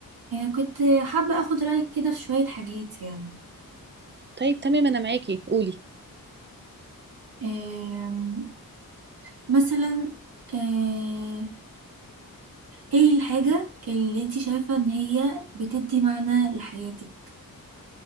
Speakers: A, on the right; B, on the right.
A: أه كنت حابة اخد رأيك كده في شوية حاجات يعني
B: طيب تمام أنا معاكي قولي
A: أه مثلا أه ايه الحاجة اللي انتي شايفة ان هي بتدي معنى لحياتك؟